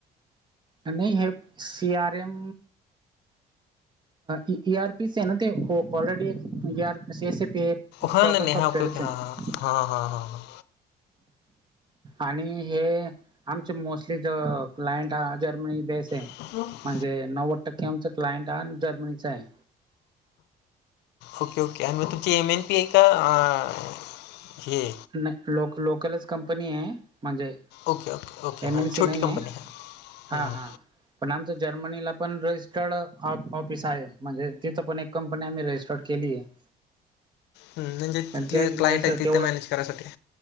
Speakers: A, on the right; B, on the left.
A: आणि हे सी आर एम ए आर पीस आहे ना, ते ऑलरेडी ए आर पी स एस ए पे.
B: हो
A: प्रॉपर
B: ना नाही
A: सॉफ्टवेअरच
B: हा ओके ओके हां
A: आहे.
B: हां हां हां हां.
A: आणि हे आमचे मोस्टली ज क्लाइंट आ जर्मनी बेस आहे.
B: ह.
A: म्हणजे नव्वद टक्के आमचं क्लायंट आहे आणि जर्मनीचं आहे.
B: Okay okay. आणि मग तुमची एम एन पी आहे का हे.
A: नाही लोक लोकलच कंपनी आहे म्हणजे
B: ओके ओके ओके
A: एम
B: हां
A: एन
B: छोटी
A: सी नाही
B: कंपनी
A: ह
B: हां
A: हा हा आमच ज जर्मनी ला रजिस्टर ऑफिस आहे म्हणजे तिथ पण एक कंपनी आम्ही रजिस्टर् केली आहे. <inaudible>
B: हम् म्हणजे तिथले
A: पण ते अजून
B: क्लायंट
A: तसं
B: आहे तिथे
A: तेवढं
B: मॅनेज करायसाठी